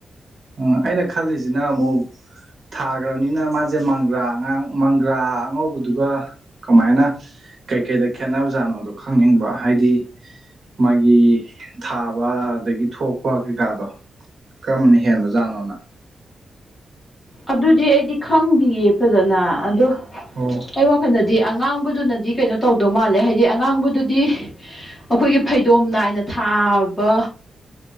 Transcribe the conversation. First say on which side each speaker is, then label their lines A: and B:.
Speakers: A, on the right; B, on the left.
A: ꯎꯝ ꯑꯩꯅ ꯈꯜꯂꯤꯖꯤꯅ ꯑꯃꯨꯛ ꯊꯥꯈ꯭ꯔꯕꯅꯤꯅ ꯃꯥꯁꯦ ꯃꯪꯒ꯭ꯔꯥ ꯑꯉꯥꯡ ꯃꯪꯒ꯭ꯔꯥ ꯑꯉꯧꯕꯗꯨꯒ ꯀꯃꯥꯏꯅ ꯀꯩꯀꯩꯗ ꯈꯦꯠꯅꯕꯖꯥꯠꯅꯣꯗꯣ ꯈꯪꯅꯤꯡꯕ ꯍꯥꯏꯗꯤ ꯃꯥꯒꯤ ꯊꯥꯕ ꯑꯗꯒꯤ ꯊꯣꯛꯄ ꯀꯩꯀꯥꯗꯣ ꯀꯔꯝꯕꯅꯤ ꯍꯦꯟꯕ ꯖꯥꯅꯣꯅ
B: ꯑꯗꯨꯗꯤ ꯑꯩꯗꯤ ꯈꯪꯗꯤꯌꯦ ꯐꯖꯅ ꯑꯗꯣ
A: ꯑꯣ
B: ꯑꯩ ꯋꯥꯈꯜꯗꯗꯤ ꯑꯉꯥꯡꯕꯗꯨꯅꯗꯤ ꯀꯩꯅꯣ ꯇꯧꯗꯧ ꯃꯥꯜꯂꯦ ꯍꯥꯏꯗꯤ ꯑꯉꯥꯡꯕꯗꯨꯗꯤ ꯑꯩꯈꯣꯏꯒꯤ ꯐꯩꯗꯣꯝ ꯅꯥꯏꯅ ꯊꯥꯕ